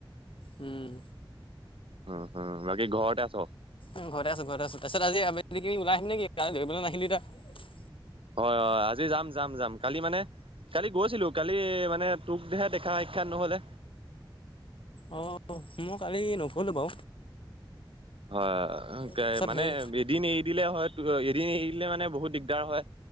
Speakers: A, on the left; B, on the right.
A: উম।
B: উম হম বাকি ঘৰতে আছ।
A: উ ঘৰ আছো ঘৰত আছো তাৰপিছত আজি আবেলি ওলাই আহিম নে কি কালি দৌৰিবলে নাহিলি তই
B: হয় হয় আজি যাম যাম যাম কালি মানে কালি গৈছিলো কালি মানে তোকহে দেখা। নহ'লে
A: আহ মই কালি নক'লো বাৰু
B: হয়
A: তাৰপিছত
B: মানে
A: হেৰি
B: এদিন এৰি দিলে হয় এদিন এৰি দিলে মানে বহুত দিগদাৰ হয়।